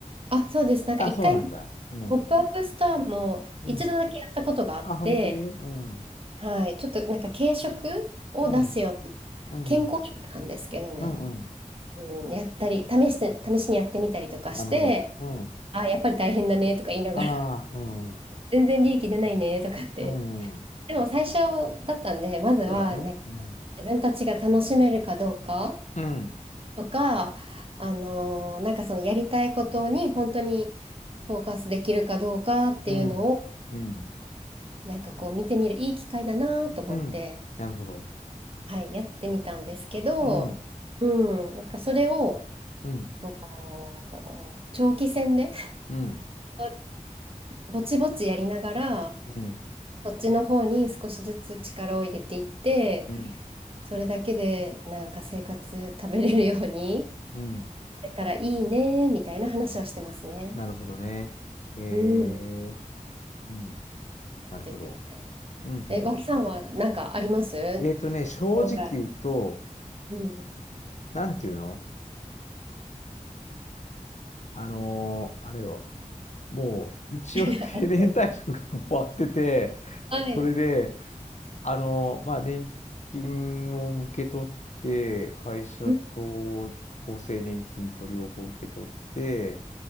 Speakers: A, on the right; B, on the left.
A: あ、そうです。なんか一回、
B: あ、そうなんだ。うん。
A: ポップアップストアも一度だけやったことがあって、
B: うん。あ、本当にうん。
A: はい。ちょっとなんか軽食を出すような、
B: うん。うん。
A: 健康食なんですけどね。
B: うん。うん
A: うん、やったり、試して、試しにやってみたりとかして、
B: なるほど。うん。
A: あ、やっぱり大変だねとか言いながら、
B: ああ、うん。
A: <laughs> 全然利益出ないねとかって。
B: うん。
A: でも最初だったんで、まずは、
B: そうだね。
A: なんか、
B: うん。
A: 自分たちが楽しめるかどうか
B: うん。
A: とか、あのーなんかそのやりたいことに本当にフォーカスできるかどうかっていうのを、
B: うん。うん。
A: なんかこう見てみるいい機会だなと思って、
B: うん。なるほど。
A: はい、やってみたんですけど、
B: うん。
A: うん、なんかそれを、
B: うん、
A: こう、長期戦で
B: うん、
A: <laughs> ぼちぼちやりながら、
B: うん、
A: そっちの方に少しずつ力を入れていって、
B: うん、
A: それだけでなんか生活食べれるように
B: うん。
A: なれたらいいね、みたいな話はしてますね。
B: なるほどね。えー、
A: うん。
B: うん、なるほど。
A: 出てて。
B: うん、うん。
A: え、脇さんはなんかあります
B: えーとね、正直言うと、
A: 将来。うん。
B: なんていうのあのーあれよ。もう、一応定年退職も終わってて、
A: <laughs> はい。
B: それで、あのーまあ、年金を受け取って、会社と厚生年金と両方受け取って、
A: うん